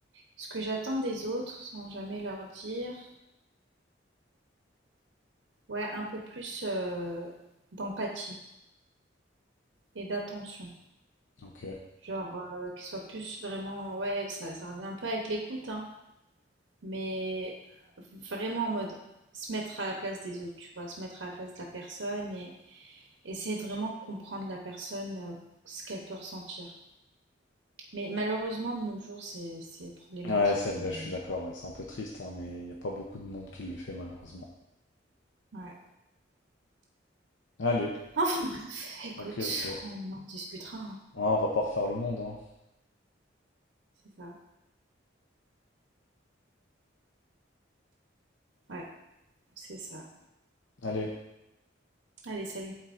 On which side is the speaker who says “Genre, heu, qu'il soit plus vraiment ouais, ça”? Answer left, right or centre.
Right